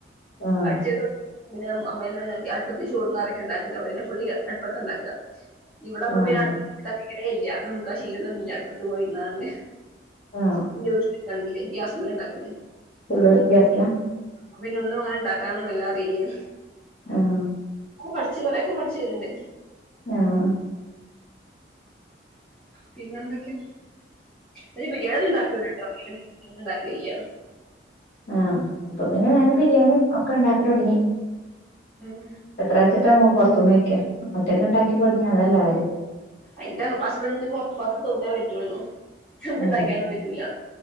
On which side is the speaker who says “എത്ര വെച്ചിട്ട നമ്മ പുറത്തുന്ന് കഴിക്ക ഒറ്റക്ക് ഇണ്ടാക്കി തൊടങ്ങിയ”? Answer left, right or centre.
Left